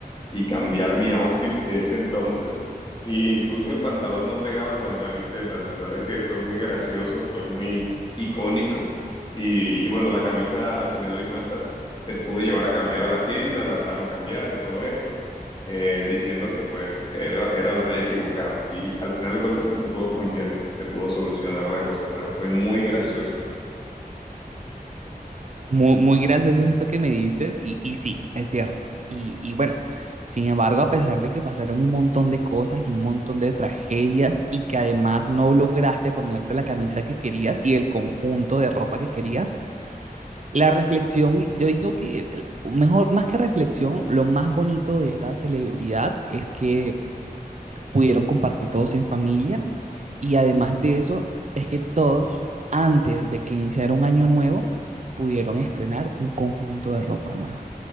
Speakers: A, on the left (about 30°); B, on the right (about 50°).
A: y cambiar mi outfit de ese entonces. Y incluso el pantalón no pegaba con la camiseta. La verdad es que fue muy gracioso, fue muy icónico. Y, y bueno, la camisa al final de cuentas se pudo llevar a cambiar a la tienda, la dejaron cambiar y todo eso, eh, diciendo que pues era, era la talla equivocada. Sí, al final de cuentas sí se pudo cambiar, se pudo solucionar la cosa, pero fue muy gracioso.
B: Muy, muy gracioso es esto que me dices, y, y sí, es cierto. Y, y bueno, sin embargo, a pesar de que pasaron un montón de cosas y un montón de tragedias, y que además no lograste ponerte la camisa que querías y el conjunto de ropa que querías, la reflexión, yo digo que, el- mejor, más que reflexión, lo más bonito de esta celebridad es que pudieron compartir todos en familia y además de eso es que todos, antes de que iniciara un año nuevo, pudieron estrenar un conjunto de ropa nueva.